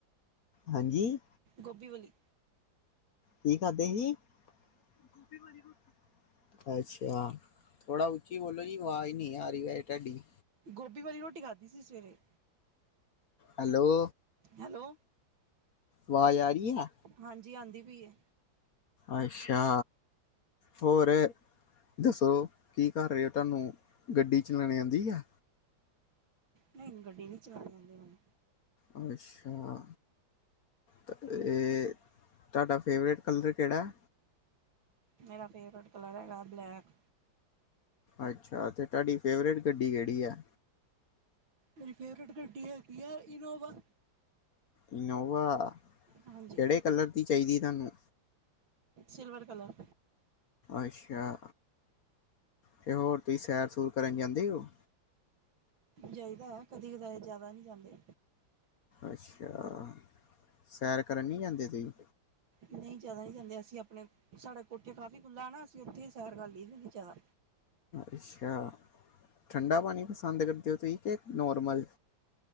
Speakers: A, on the left; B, on the right.
A: ਹਾਂਜੀ?
B: ਗੋਭੀ ਵਾਲੀ।
A: ਕੀ ਖਾਧਾ ਸੀ? ਗੋਭੀ ਵਾਲੀ ਰੋਟੀ। ਅੱਛਾ, ਥੋੜਾ ਉੱਚੀ ਬੋਲੋ ਜੀ ਆਵਾਜ਼ ਨਹੀ ਆ ਰਹੀ ਵੇਹੇ ਤਹਾਡੀ।
B: ਗੋਭੀ ਵਾਲੀ ਰੋਟੀ ਖਾਧੀ ਸੀ ਸਵੇਰੇ।
A: Hello,
B: hello?
A: ਵਾਜ਼ ਆ ਰਹੀ ਐ?
B: ਹਾਂਜੀ ਆਂਦੀ ਪਈ ਏ।
A: ਅੱਛਾ। ਹੋਰ ਦੱਸੋ ਕੀ ਕਰ ਰਹੇ ੳ ਤੁਹਾਨੂੰ ਗੱਡੀ ਚਲਾਣੀ ਆਦੀ ਏ।
B: ਨਹੀਂ ਗੱਡੀ ਨਹੀਂ ਚਲਾਣੀ ਆਂਦੀ ਮੈਨੂੰ।
A: ਅੱਛਾ। ਤ ‌ਏ ਤੁਹਾਡਾ ਫੇਵਰੇਟ ਕਲਰ ਕਿਹੜਾ।
B: ਮੇਰਾ ਫੇਵਰੇਟ ਕਲਰ ਹੈਗਾ ਬਲੈਕ।
A: ਅੱਛਾ ਤੇ ਤੁਹਾਡੀ ਫੇਵਰੇਟ ਗੱਡੀ ਕਿਹੜੀ ਆ।
B: ਮੇਰੀ ਫੇਵਰੇਟ ਗੱਡੀ ਹੈਗੀ ਆ ਇਨੋਵਾ।
A: ਇਨੋਵਾ।
B: ਹਾਂਜੀ
A: ਕਿਹੜੇ ਕਲਰ ਦੀ ਚਾਹੀਦੀ ਤੁਹਾਨੂੰ
B: ਸਿਲਵਰ ਕਲਰ।
A: ਅੱਛਾ ਤੇ ਹੋਰ ਤੁਸੀਂ ਸੈਰ ਸੂਰ ਕਰਨ ਜਾਂਦੇ ਹੋ।
B: ਜਾਈਦਾ ਕਦੀ ਕਦਾਰ ਜੈਦਾ ਨਹੀਂ ਜਾਂਦੇ।
A: ਅੱਛਾ ਸੈਰ ਕਰਨ ਨਹੀਂ ਜਾਂਦੇ ਤੁਹੀਂ।
B: ਨਹੀਂ ਜੈਦਾ ਨਹੀਂ ਜਾਂਦੇ ਅਸੀਂ ਆਪਣੇ ਸਾਡੇ ਕੋਠੇ ਕਾਫੀ ਖੁੱਲ੍ਹਾ ਨਾ ਅਸੀਂ ਉੱਥੇ ਹੀ ਸੈਰ ਕਰ ਲਈ ਹੁੰਦੇ ਜੈਦਾ।
A: ਅੱਛਾ ਠੰਡਾ ਪਾਨੀ ਪਸੰਦ ਕਰਦੇ ੳ ਤੁਸੀ ਕੇ ਨੋਰਮਲ।